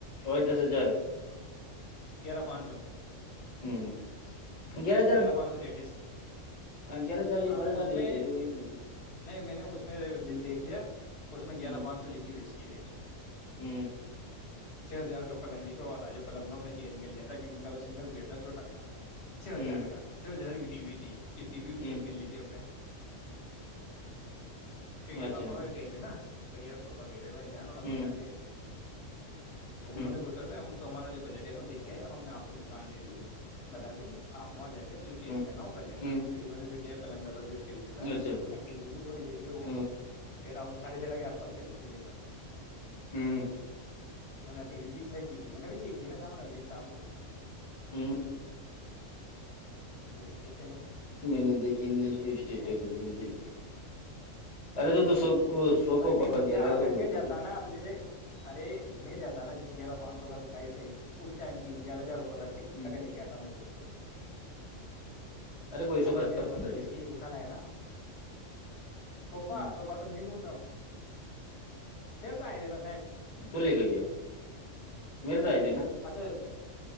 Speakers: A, on the left; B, on the left.
A: ا دس ہزار
B: گیارہ پانچ سو
A: ہوں گ
B: گیارہ پانچ سو لیٹسٹ کی
A: گیارہ ہزار یہ
B: ہاں
A: بارہ ہزار
B: اس میں
A: ریٹ رہتے وہی لگ
B: نہیں میں نے اس میں بل دیکھ لیا اس میں گیارہ
A: ہوں
B: پانچ سو لکھی کییٹ
A: ہوں
B: چھ ہزار کا پلنگ ل کہ آد آ جا پلنگ ہم نے چینج کر لیا تھا کی ان کا سنگل ویئر تھا چھوٹا چھ
A: ہوں
B: ہزار کا چھ ہزار ٹی وی ت یہ ٹی وی بھی
A: ہوں
B: چینج کر لی تھی اپ نے کیک
A: اچھا
B: پاپا وہ گئے تھے نا بہر پک گئے تھ بھائی جان اور آپو
A: ہوں
B: جان گئے تھ تو انہوں
A: ہوں
B: نے بتا ب تو ہمارا جو بجٹ ہے نا دکھا ہے اب ہم نے آپ کو دکان دے دی بتا دی آپ مج آ گی جو چینج
A: ہوں
B: کرنا وہ کر لینا
A: ہوں
B: لیکنہوں نے پھر کیاپ پلگ ڈبل بیٹ لیا تھا
A: اچھا
B: کٹی بھی بھی تھوڑیی وہ
A: ہوں
B: پرا ساھے تیرہ کے آس پاس کر لی تھی ب انوں نے
A: ہوں
B: م نے ٹی وی بھی چھ کی تھی میں نے بھی چیک نا سامان اگ لسٹام کو
A: ہوں
B: اسس
A: میں نے تو دیکھی
B: ہے
A: کچھ بھی دیکھ ارے تو تو
B: میں دیکھی
A: سوفاوپ
B: ارے میں نہیں گیا
A: لے رہا
B: اگر
A: ہے تو کوئی
B: میں
A: بتا
B: جاتا
A: د
B: نا تو جیسے ارے میں جاتا نا جس گیارہ پانچ سو کا تو تھا صحی اس ٹائم تین چار ہزارپ رکھ کے
A: ہ
B: لڑا لے کے آتا ہ میں تو اس کو ہی
A: ارے کوئی سوپ
B: ابھی
A: بتا
B: میں مطلب
A: دے
B: اس کی وہ کل ہے نا سوفا
A: ہ
B: سوفا تو میں ڈھونڈ رہا ہوں تل تو آئے د ن
A: تو لے کے کیا میرے تو آئے تھے نا
B: اچھا